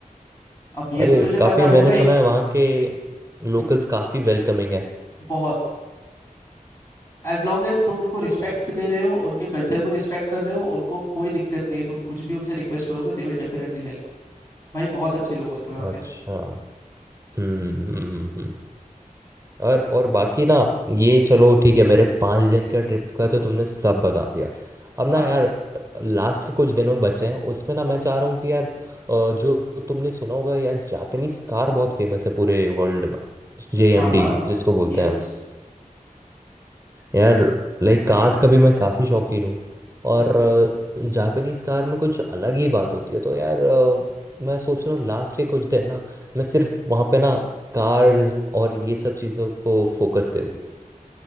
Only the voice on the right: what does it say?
अरे
काफ़ी
मैंने
सुना है वहाँ के लोकल्स
काफ़ी वेलकमिंग है
या
अच्छा
हम्म हम्म हम्म, हम्म। और और बाकी ना ये चलो ठीक है मेरे पाँच दिन का ट्रिप का तो तुमने सब बता दिया अब ना
यार लास्ट के कुछ दिनों बचे हैं उसमें ना मैं चाह रहा हूँ कि यार अ, जो तुमने सुना होगा यार जापानीज कार बहुत फेमस है पूरे वर्ल्ड में जेएमडी
जिसको बोलते
हैं हम। यार लाइक कार का भी मैं काफ़ी शौकीन हूँ और
जापानीज कार में कुछ अलग ही बात होती है तो यार अ, मैं सोच रहा हूँ लास्ट के कुछ दिन ना मैं सिर्फ वहाँ पे ना कार्स और ये सब चीज़ों को फोकस करूँ